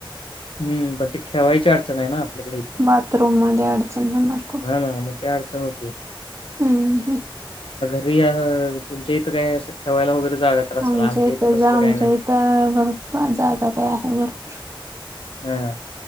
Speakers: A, on the left (about 75°); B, on the right (about 30°).
A: हम् पण ते ठेवायची अडचण आहे ना य
B: बाथरूम मध्ये अडचण होणार खूप
A: ह ना मग त्या अडचण हो
B: हम्म हम्
A: रि तुमच्या इथं काय असं ठेवायला वगैरे जागा तर असेल,
B: आमच्या इथ
A: इथं तसलं
B: जा आमच्या
A: काही नाही.
B: इथं बरर जागा काय आहे भरपूर
A: हम्